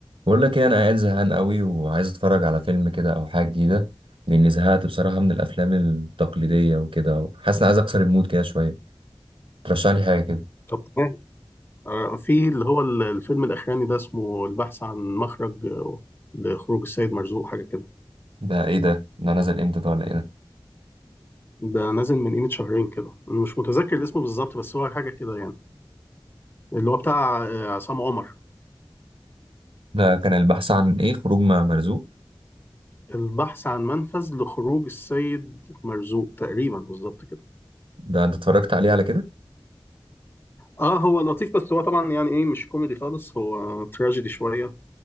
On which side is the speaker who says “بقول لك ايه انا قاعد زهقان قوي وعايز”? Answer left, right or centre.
Right